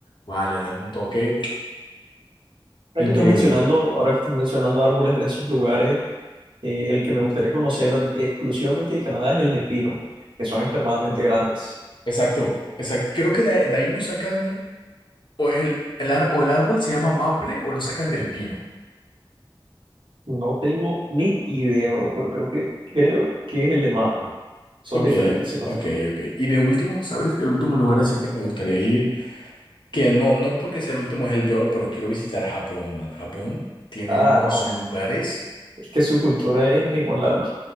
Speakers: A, on the left; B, on the right.
A: Vale, dan un toque
B: Ahora
A: increíble.
B: que estás mencionando, ahora que estás mencionando árboles de esos lugares, eh, el que me gustaría conocer exclusivamente de Canadá es el de pino, que son extremadamente grandes.
A: Exacto, exacto. Creo que de, de ahí nos sacan, o es el, el, ar- o el árbol se llama maple o lo sacan del pino.
B: No tengo ni idea, bro, pero creo que, creo que es el de maple. Son
A: Ok,
B: diferentes, si no
A: ok,
B: te equivoco.
A: ok. Y de último, ¿sabes? El último lugar así que me gustaría ir. que no, no porque sea el último es el peor, pero quiero visitar Japón, man. Japón tiene
B: Ah,
A: unos
B: no.
A: lugares,
B: Es que su cultura es inigualable.